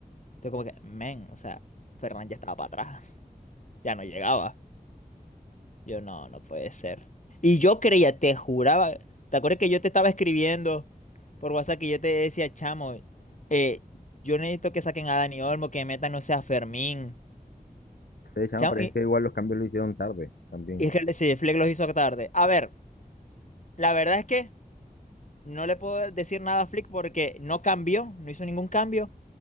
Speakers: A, on the left; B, on the left.
A: Entonces como que, men, o sea, Fernández ya estaba para atrás, <laughs> ya no llegaba. Yo, no, no puede ser. Y yo creía, te juraba, ¿te acuerdas que yo te estaba escribiendo por WhatsApp que yo te decía, chamo, eh, yo necesito que saquen a Dani Olmo, que metan, no sea Fermín.
B: Sí, chamo,
A: Chamo,
B: pero
A: y,
B: es que igual los cambios lo hicieron tarde también,
A: y es que sí, Flick los hizo tarde. A ver, la verdad es que no le puedo decir nada a Flick porque no cambió, no hizo ningún cambio.